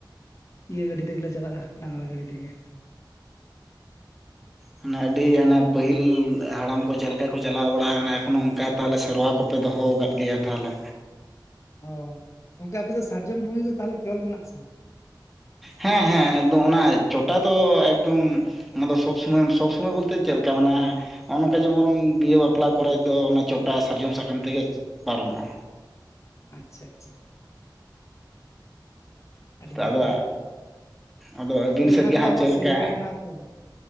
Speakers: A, on the left; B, in the centre.
A: ᱤᱭᱟᱹ ᱜᱟᱹᱰᱤ ᱛᱮᱜᱮᱞᱮ ᱪᱟᱞᱟᱜᱼᱟ ᱰᱟᱝᱨᱟ ᱜᱟᱹᱰᱤ ᱛᱮᱜᱮ᱾
B: ᱢᱟᱱᱮ ᱟᱹᱰᱤ ᱦᱟᱱᱟ ᱯᱟᱹᱦᱤᱞ ᱦᱟᱲᱟᱢ ᱠᱚ ᱪᱮᱫᱞᱮᱠᱟ ᱠᱚ ᱪᱟᱞᱟᱣ ᱵᱟᱲᱟ ᱠᱟᱱᱟ ᱮᱠᱷᱚᱱᱚ ᱚᱱᱠᱟ ᱛᱟᱦᱚᱞᱮ ᱥᱮᱨᱣᱟ ᱠᱚᱯᱮ ᱫᱚᱦᱚ ᱟᱠᱟᱫ ᱜᱮᱭᱟ ᱛᱟᱦᱚᱞᱮ᱾
A: ᱚ ᱜᱚᱢᱠᱮ ᱟᱯᱮ ᱫᱚ ᱥᱟᱨᱡᱚᱢ ᱯᱩᱝᱜᱤ ᱠᱚ ᱛᱟᱦᱚᱞᱮ ᱛᱚᱞ ᱢᱮᱱᱟᱜ ᱟᱥᱮ ᱵᱟᱝ
B: ᱦᱮᱸ ᱦᱮᱸ ᱮᱠᱫᱚᱢ ᱚᱱᱟ ᱪᱚᱴᱟ ᱫᱚ ᱮᱠᱫᱚᱢ ᱚᱱᱟᱫᱚ ᱥᱚᱵᱽ ᱥᱚᱢᱚᱭ ᱥᱚᱵᱽ ᱥᱚᱢᱚᱭ ᱵᱚᱞᱛᱮ ᱪᱮᱫᱮ ᱞᱮᱠᱟ ᱢᱟᱱᱮ ᱦᱚᱜᱼᱚ ᱱᱚᱝᱠᱟ ᱡᱮᱢᱚᱱ ᱵᱤᱦᱟᱹ ᱵᱟᱯᱞᱟ ᱠᱚᱨᱮᱡ ᱫᱚ ᱚᱱᱟ ᱪᱚᱴᱟ ᱥᱟᱨᱡᱚᱢ ᱥᱟᱠᱟᱢ ᱛᱮᱜᱮ ᱯᱟᱨᱚᱢᱚᱜᱼᱟ᱾
A: ᱟᱪᱪᱷᱟ ᱟᱪᱪᱷᱟ ᱟᱹᱰᱤ ᱱᱟᱯᱟᱭ
B: ᱟᱫᱚ
A: ᱠᱟᱛᱷᱟ
B: ᱟᱫᱚ ᱟᱹᱵᱤᱱ
A: ᱦᱳ
B: ᱥᱮᱫ
A: ᱚᱱᱟ
B: ᱜᱮ
A: ᱠᱚᱫᱚ
B: ᱦᱟᱸᱜ
A: ᱟᱵᱚᱣᱟᱜ
B: ᱪᱮᱫ
A: ᱥᱮᱨᱣᱟ
B: ᱞᱮᱠᱟ
A: ᱨᱮ ᱢᱮᱱᱟᱜᱼᱟ ᱛᱚ